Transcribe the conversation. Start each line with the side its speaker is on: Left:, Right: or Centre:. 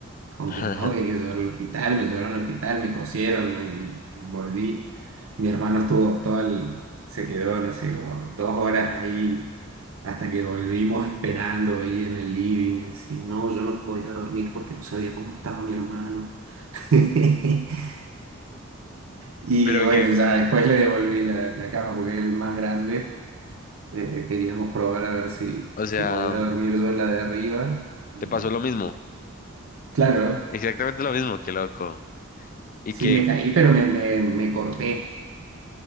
Right: Con
Left: <laughs>
Right: que no, que hay que llevarlo al hospital, me llevaron al hospital, me cosieron, me- me- volví. Mi hermano estuvo todo el, se quedó, no sé, como dos horas ahí, hasta que volvimos esperando ahí en el living. Decía, no, yo no podía dormir porque no sabía cómo estaba mi hermano. <laughs> Y
Left: Pero
Right: bueno,
Left: que,
Right: ya después le devolví la, la cama porque él es más grande. Eh, queríamos probar a ver si,
Left: o
Right: si
Left: sea,
Right: podía dormir yo en la de arriba. Y
Left: te pasó
Right: no.
Left: lo mismo.
Right: Claro,
Left: Exactamente lo mismo, qué loco. Y
Right: sí
Left: que,
Right: me caí, pero me, me, me corté.